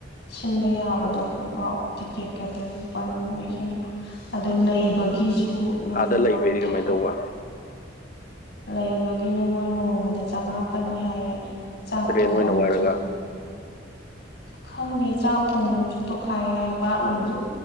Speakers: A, on the left; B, on the left.
A: ꯁꯤꯟꯕ ꯌꯥꯕꯗꯣ ꯂꯨꯄꯥ ꯇꯤꯛꯀꯦꯠ ꯈꯠꯇꯒꯤ ꯂꯨꯄꯥ ꯂꯤꯁꯤꯡ ꯅꯤꯐꯨ ꯑꯗꯨ ꯂꯩꯕꯒꯤꯁꯨ ꯇꯨ ꯂꯣꯏꯅꯃꯛ
B: ꯑꯥꯗ ꯂꯩꯕꯩꯗꯤ
A: ꯊꯥ
B: ꯀꯃꯥꯏꯅ ꯇꯧꯕ
A: ꯂꯩꯕꯒꯤꯅ ꯃꯣꯏ ꯅꯣꯡꯃꯗ ꯆꯃꯥꯄꯟꯅꯤ ꯍꯥꯏꯌꯦ ꯆꯥꯛ
B: ꯔꯦꯟ
A: ꯊꯣꯡꯐꯝꯖꯨ
B: ꯑꯣꯏꯅ ꯋꯥꯏꯔꯒ
A: ꯈꯪꯗꯦ ꯆꯥꯛ ꯊꯣꯡꯐꯝꯁꯨ ꯇꯣꯈꯥꯏ ꯍꯥꯏ ꯕꯥꯠꯔꯨꯝꯖꯨ